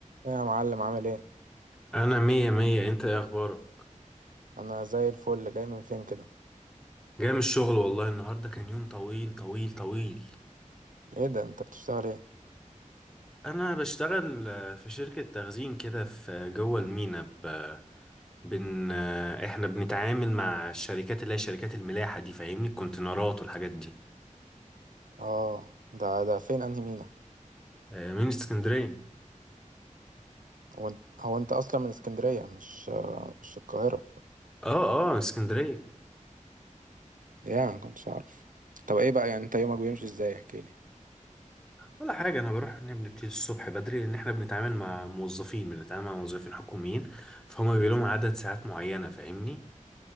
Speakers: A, on the right; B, in the centre.
A: ايه يا معلم عامل ايه
B: انا مية مية انت ايه اخبارك
A: انا زي الفل جاي من فين كده
B: جاي من الشغل والله النهاردة كان يوم طويل طويل طويل
A: ايه ده انت بتشتغل ايه
B: انا بشتغل آه، في شركة تخزين كده في جوه المينا ب... بن... آه، احنا بنتعامل مع الشركات اللي هي شركات الملاحة دي فاهمني الكونتينرات والحاجات دي
A: اه ده ده فين انهي مينا
B: آه، من اسكندرية
A: هو انت هو انت اصلا من اسكندريه مش آه، مش القاهره
B: اه اه اسكندرية
A: يا ما كنتش عارف طب ايه بقى يعني انت يومك بيمشي ازاي احكي لي
B: ولا حاجة أنا بروح إن بنبتدي الصبح بدري لأن إحنا بنتعامل مع موظفين بنتعامل مع موظفين حكوميين فهم بيبقى لهم عدد ساعات معينة فاهمني